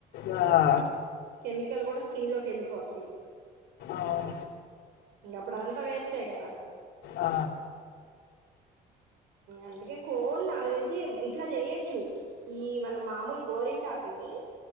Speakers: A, on the left; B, on the right.
A: ఆ
B: కెమికల్ కూడా స్కిన్ లోకి వెళ్ళిపోద్ది
A: అవును.
B: ఇకా అప్పుడు అదంతా వేస్టే గదా
A: ఆ,
B: అందుకే కోన్ నాకు తెసి ఇట్లా చేయచ్చు ఈ మన మామూలు గోరింటాకుని